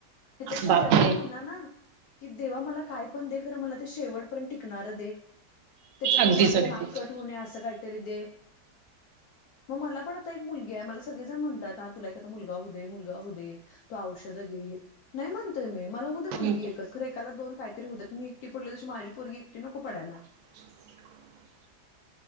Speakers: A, on the left; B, on the right.
A: ह्याच्यापेक्षा
B: बापरे
A: देवाला म्हणा ना कि देवा मला काय पण दे खरं मला ते शेवट पर्यंत टिकणार दे त्याच्यामुळे
B: अगदीच
A: माझं
B: अगदीच
A: नाक कट होणे असं काहीतरी दे मग मला पण आता एक मुलगी आहे मला सगळेजण म्हणतात ह तुला एक आता मुलगा हो दे मुलगा हो दे तो औषध घे नाही म्हणत मी मला होते मुलगी
B: हम्म,
A: एकच खर एकाला दोन काहीतरी हो मी एकटी पडली तशी माझी पोगी एकटी नको पडायला.
B: <unintelligible>